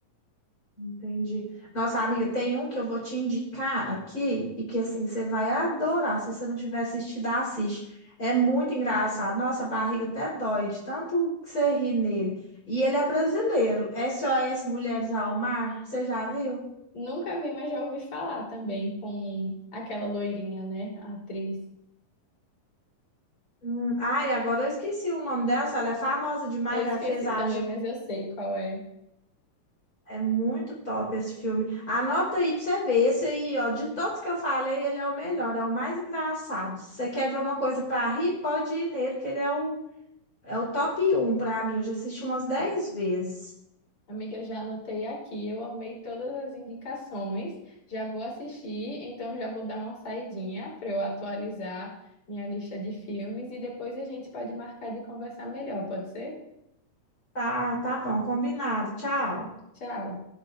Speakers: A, on the left (about 25°); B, on the left (about 40°).
A: Entendi. Nossa, amiga, tem um que eu vou te indicar aqui e que assim você vai adorar. Se você não tiver assistido, assiste. É muito engraçado. Nossa, a barriga até dói de tanto que você ri nele. E ele é brasileiro. SOS Mulheres ao Mar. Você já viu?
B: Nunca vi, mas já ouvi falar também com aquela loirinha, né, a atriz.
A: Hum, ai, agora eu esqueci o nome dela. Ela é famosa demais.
B: Eu esqueci
A: Ela fez a
B: também, mas eu sei qual é.
A: É muito top esse filme. Anota aí pra você ver. Esse aí, ó, de todos que eu falei, ele é o melhor, é o mais engraçado. Se você quer ver uma coisa pra rir, pode ir nele, que ele é o, é o top um pra mim. Eu já assisti umas dez vezes.
B: Amiga, já anotei aqui, eu amei todas as indicações, já vou assistir, então já vou dar uma saidinha para eu atualizar minha lista de filmes e depois a gente pode marcar de conversar melhor, pode ser?
A: Tá, tá bom, combinado. Tchau.
B: Tchau.